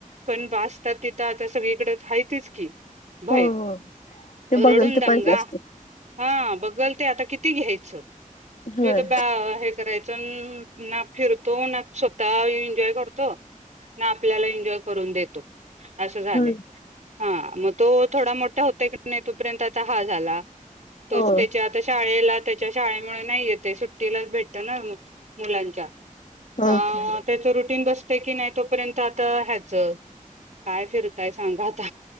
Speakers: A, on the right; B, on the left.
A: पण बासता तिथ, आता सगळीकडे हायतच की. व्हाय
B: हो ते
A: रडून
B: बघल ते
A: दंगा,
B: पाहिजे असते
A: हा बघल ते आता किती घ्याय च्छ!
B: होय
A: तिथ ब्या हे करायचं ना फिरतो ना स्वतः एन्जॉय कर तो ना आपल्याला एन्जॉय, करून देतो. असं झालय
B: होय
A: हा मग तो थोडा मोठ तो होतोय का नाही, तोपर्यंत आता हा झाला. तोच
B: हो
A: त्याच्या आता शाळेला त्याच्या शाळेमुळे नाही येतय, सुट्टीलाच भेटत ना मग. मुलांच्या हां
B: ओके होय
A: त्याच रुटीन बस ते की नाही तोपर्यंत आता ह्याच काय फिरताय सांगा आता,